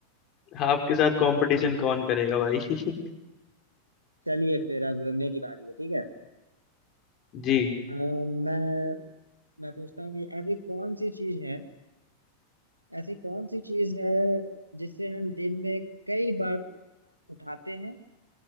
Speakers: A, on the left; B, on the right.
A: आपके साथ कंपटीशन कौन करेगा भाई <laughs>
B: चलिए फिर अब मेरी बारी है ठीक है
A: जी
B: अ, मैं मैं पूछता हूँ कि ऐसी कौन सी चीज है ऐसी कौन सी चीज है जिसे हम दिन में कई बार उठाते हैं